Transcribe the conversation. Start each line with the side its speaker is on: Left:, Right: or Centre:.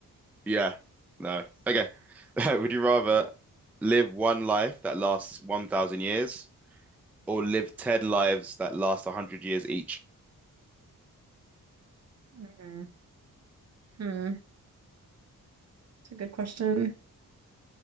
Centre: yeah, no. Okay, <laughs> would you rather live one life that lasts one thousand years or live ten lives that last one hundred years each?
Right: Mhm. Hmm. It's a good question.